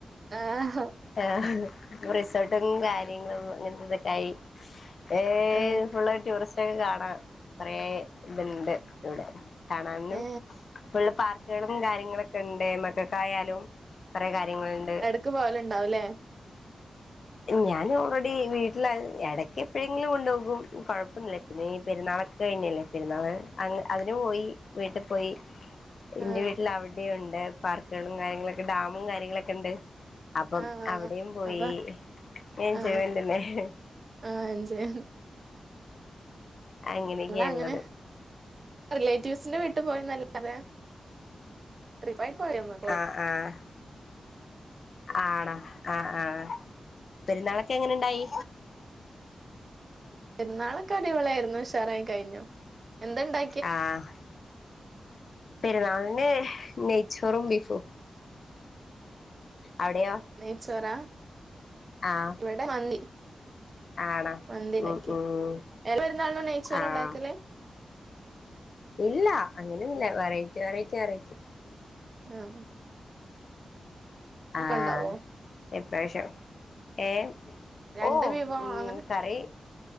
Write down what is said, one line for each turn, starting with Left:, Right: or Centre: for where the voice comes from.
Right: ആഹാ
Left: ആഹാ അപ്പൊ റിസോർ ട്ടും കാര്യങ്ങളും അങ്ങനത്തെതൊക്കായി ഏഹ്
Right: ആ
Left: ഫുള്ള് ടൂറിസ് റ്റൊക്ക കാണാ കൊറേ ഇത്ണ്ട് ഇവിടെ കാണാനും
Right: ഏ
Left: ഫുള്ള് പാർ ക്ക്കളും കാര്യങ്ങളൊക്കെണ്ട് മക്കക്കായാലും കൊറെ കാര്യങ്ങള്ണ്ട്
Right: ക്ക് പോവല്ണ്ടാവുലേ
Left: ഞൻ ഓൾ റെഡി വീട്ടിലാ എടക്ക് എപ്പോഴെങ്കിലും കൊണ്ടോകും കൊഴപ്പൊന്നില്ല പിന്നെയീ പെരുന്നാളൊക്കെ കഴിഞ്ഞില്ലേ പെരുന്നാള് അതിന് പോയി വീട്ടി പോയി
Right: ആ
Left: എന്റെ വീട്ടിൽ അവിടെയുംണ്ട് പാർക്കുകളും കാര്യങ്ങളൊക്കെ ഡാമും കാര്യങ്ങളൊക്കെണ്ട് അപ്പം
Right: ആ
Left: അവിടെയും പോയി
Right: അപ്പ
Left: ഏഹ് എൻജോയ്മെന്റ്
Right: ആ
Left: അല്ലേ
Right: ആ എൻജോയ്
Left: അങ്ങനെയെക്കെയള്ളത്
Right: ഞങ്ങളങ്ങനെ റിലേറ്റീവ്സിന്റെ വീട്ടിപോയന്നല്ലാതെ ട്രിപ്പായി പോയോന്ന
Left: ആഹ് ആഹ് ആടാ ആഹ് ആഹ് പെരുന്നാളൊക്കെ എങ്ങനെണ്ടായി?
Right: പെര്ന്നാളൊക്കെ അടിപൊളിയായിരുന്നു ഉഷാറായി കഴിഞ്ഞു എന്തെണ്ടാ
Left: ആഹ് പെരുന്നാൾന് നെയ്ച്ചോറും ബീഫും അവിടെയോ
Right: നെയ്ച്ചോറ
Left: ആഹ്
Right: ഇവടെ മന്തി
Left: ആണോ
Right: മന്തിണ്ടാക്ക്യ
Left: ഉം ഉം
Right: എല്ലാ പെര്ന്നാൾനും നെയ്ച്ചോറാണ്ടാക്കല്
Left: ആഹ് ഇല്ല അങ്ങനെന്നുല്ല വെറൈറ്റി വറൈറ്റി വെറൈറ്റി
Right: ആഹാ
Left: ആഹ്
Right: ഇണ്ടാവോ
Left: എപ്രാശം ഏഹ്
Right: രണ്ട്
Left: ഓഹ്
Right: വിഭവം
Left: ഉം
Right: അങ്ങനെ
Left: കറി